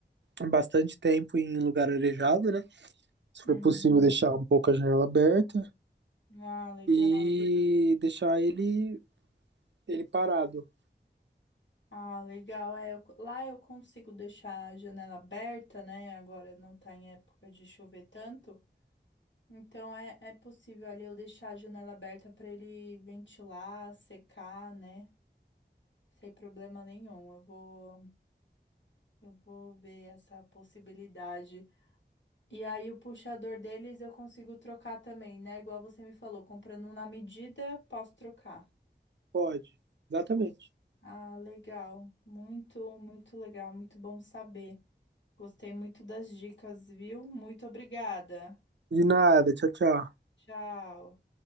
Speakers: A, on the right; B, on the left.
A: bastante tempo em lugar arejado, né? Se for
B: Uhum.
A: possível, deixar um pouco a janela aberta
B: Ah, legal.
A: e deixar ele ele parado.
B: Ah, legal. É, eu co- lá eu consigo deixar a janela aberta, né? Agora não tá em época de chover tanto. Então é, é possível ali eu deixar a janela aberta para ele ventilar, secar, né? Sem problema nenhum. Eu vou, eu vou ver essa possibilidade. E aí, o puxador deles eu consigo trocar também, né? Igual você me falou, comprando um na medida, posso trocar.
A: Pode. Exatamente.
B: Ah, legal. Muito, muito legal. Muito bom saber. Gostei muito das dicas, viu? Muito obrigada.
A: De nada. Tchau, tchau.
B: Tchau.